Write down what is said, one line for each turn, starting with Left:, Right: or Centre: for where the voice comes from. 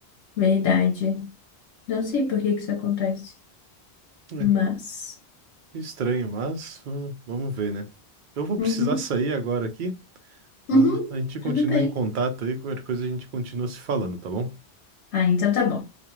Left: Verdade. Não sei por que que isso acontece,
Right: É,
Left: mas.
Right: estranho, mas vamos, vamos ver, né? Eu vou
Left: Uhum.
Right: precisar sair agora aqui.
Left: Uhum.
Right: Mas a gente
Left: Tudo
Right: continua
Left: bem.
Right: em contato aí, qualquer coisa a gente continua se falando, tá bom?
Left: Ah, então tá bom.